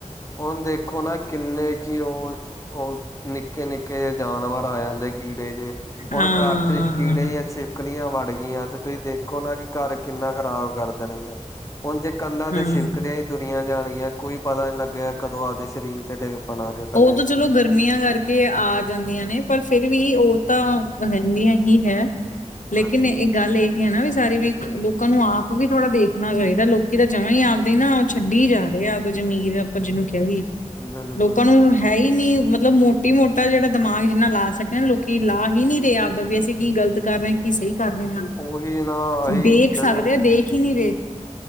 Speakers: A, on the left; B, on the left.
A: ਹੁਣ ਦੇਖੋ ਨਾ ਕਿੰਨੇ ਕਿ ਉਹ, ਉਹ ਨਿੱਕੇ- ਨਿੱਕੇ ਜਿਹੇ ਜਾਨਵਰ ਆ ਜਾਂਦੇ ਕੀੜੇ ਜੇ,
B: ਹਾਂ
A: ਹੁਣ ਘਰ ਚ ਕੀੜੇ ਹੀ ਅੱਛੇ ਕੱਲੀਆਂ ਵੜ ਗਈਆਂ ਤੇ ਤੁਸੀਂ ਦੇਖੋ ਨਾ ਕਿ ਘਰ ਕਿੰਨਾਂ ਖ਼ਰਾਬ ਕਰ ਦੇਣਗੀਆਂ, ਹੁਣ ਜੇ ਕੰਧਾਂ
B: ਹਾਂ।
A: ਤੇ ਛਿਪਕਲੀਆਂ ਹੀ ਤੁਰੀਆਂ ਜਾਣਗੀਆਂ ਕੋਈ ਪਤਾ ਨੀ ਲੱਗੇਗਾ ਕਦੋਂ ਆਦੇ ਸਰੀਰ ਤੇ ਟਿੱਗ ਪੈਣ ਆ ਕੇ ਥੱਲੇ
B: ਉਹ ਤੋ ਚਲੋ ਗਰਮੀਆਂ ਕਰਕੇ ਕੇ ਆ ਜਾਂਦੀਆਂ ਨੇ, ਪਰ ਫਿਰ ਵੀ ਉਹ ਤਾਂ ਰਹਿੰਦੀਆਂ ਹੀ ਹੈ। ਲੇਕਿਨ
A: ਹਾਂਜੀ
B: ਇੱਕ ਗੱਲ ਇਹ ਹੀ ਹੈ ਨਾ ਵੀ ਸਾਰੀ ਵੀ ਲੋਕਾਂ ਨੂੰ ਆਪ ਵੀ ਥੋੜਾ ਚਾਹੀਦਾ, ਲੋਕੀ ਤਾਂ ਜਮਾ ਹੀ ਆਪਦੇ ਛੱਡੀ ਹੀ ਜਾ ਰਹੇ ਆ ਆਵਦਾ ਜ਼ਮੀਰ ਆਪਾਂ ਜਿਹਨੂੰ ਕਹਿ ਦਈਏ।
A: <unintelligible>
B: ਲੋਕਾਂ ਨੂੰ ਹੈ ਹੀ ਨੀ- ਮਤਲਬ ਮੋਟੀ ਮੋਟਾ ਜਿਹੜਾ ਦਿਮਾਗ ਜਿੰਨਾ ਲਾ ਸਕਦੇ ਨਾ ਲੋਕੀਂ ਲਾਹ ਹੀ ਨਹੀਂ ਰਿਹਾ ਆਪਦਾ ਵੀ ਅਸੀਂ ਕੀ ਗਲਤ ਕਰ ਰਹੇ ਆ ਕੀ ਕੀ ਸਹੀ ਰਹੇ ਹਾਂ।
A: ਉਹੀ ਨਾ ਆਹੀ
B: ਦੇਖ
A: ਜਦੋਂ
B: ਸਕਦੇ ਆਂ, ਦੇਖ ਹੀ ਨਹੀਂ ਰਹੇ